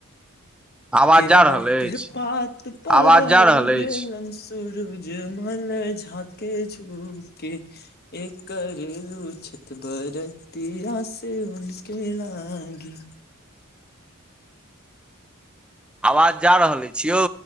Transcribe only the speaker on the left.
केलबाके
पात पर
उगेलनि
सुरज। सुरुज मल झाँके झुँके। एकेरेलू छत बरतियासे उनके लागि।